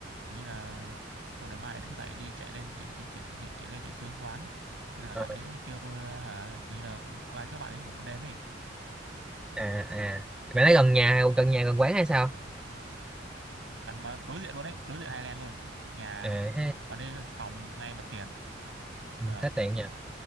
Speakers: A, on the right (about 80°); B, in the centre.
A: kiểu như là xong rồi mai lại thức dậy đi chạy lên chạy chạy chạy chạy, chạy lên chạy xuống quán thế là
B: Ờ,
A: bạn ấy kêu tôi ờ, hả kiểu như là qua chỗ bạn ấy ngủ một đêm ấy
B: À à, bạn ấy gần nhà gần nhà gần quán hay sao?
A: gần mà đối diện luôn ấy đối diện Highland luôn nhà
B: À,
A: bạn ấy phòng ngay mặt tiền Ờ,
B: hết điện nha